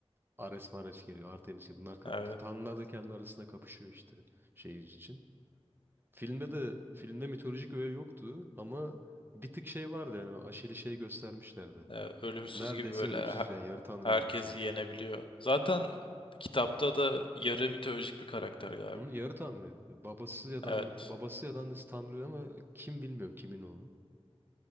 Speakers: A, on the right; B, on the left.
A: Ares Mares geliyor, Artemis gibi. Bunlar ka-
B: evet,
A: tanrılar da kendi arasında kapışıyor işte şehir için. Filmde de filmde mitolojik öğe yoktu ama bir tık şey vardı yani o Aşil'i şey göstermişlerdi.
B: evet. Ölümsüz
A: Neredeyse
B: gibi böyle
A: ölümsüz
B: he-
A: yani yarı tanrı
B: herkesi
A: gibi bir şey.
B: yenebiliyor. Zaten kitapta da yarı mitolojik bir karakter galiba.
A: Onun yarı tanrıydı. Babası ya da
B: Evet,
A: anne- babası ya da annesi tanrı ama kim bilmiyorum kimin oğlu.